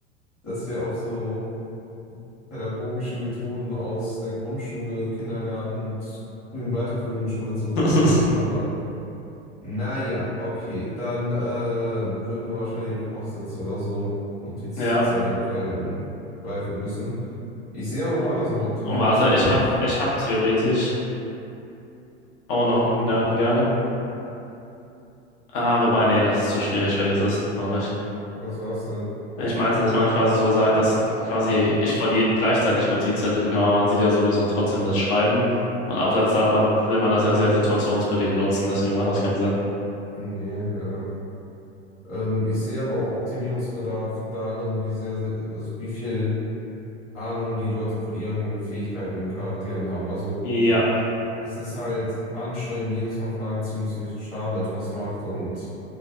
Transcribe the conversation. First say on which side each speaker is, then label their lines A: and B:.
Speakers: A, on the left (about 20°); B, on the left (about 50°).
A: dass wir auf so pädagogische Methoden aus der Grundschule, Kindergarten und frühen weiterführenden Schule zurückgreifen
B: <laughs>
A: müssen. Aber naja, okay, dann äh, würden wir wahrscheinlich auf Post-its oder so Notizzettel
B: Ja.
A: kleine umschweifen müssen. Ich sehe aber woanders noch Optimierungsbedarf.
B: Und warte, ich hab, ich hab theoretisch auch noch einen Gedankengang. Ah, wobei, nee, das ist zu schwierig, vergiss es noch nicht.
A: Was war's denn?
B: Äh, Ich meinte, dass man quasi so sagt, dass quasi ich von jedem gleichzeitig Notizzettel bekomme, aber man sieht ja sowieso trotzdem das Schreiben. Und abseits davon will man das ja sehr situationsbedingt nutzen, deswegen macht das keinen Sinn.
A: Nee, ja. Ähm, ich sehe aber auch Optimierungsbedarf darin, wie sehr, sie- also wie viel Ahnung die Leute von ihren Fähigkeiten und Charakteren haben. Also
B: Ja,
A: es ist halt anstrengend, jedes Mal fragen zu müssen, welchen Schaden etwas macht und